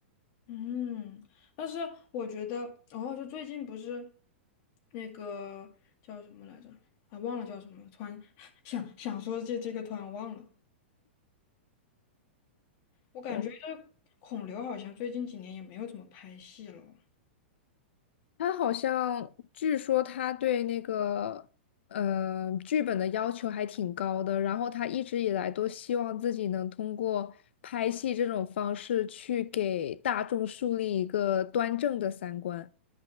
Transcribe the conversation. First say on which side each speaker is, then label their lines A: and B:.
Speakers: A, on the left; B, on the left.
A: 嗯，但是我觉得，哦，就最近不是那个叫什么来着？啊，忘了叫什么了突然 <laughs> 想想说这这个，突然忘了。我感觉这孔刘好像最近几年也没有怎么拍戏了。
B: 的他好像据说他对那个呃剧本的要求还挺高的，然后他一直以来都希望自己能通过拍戏这种方式去给大众树立一个端正的三观。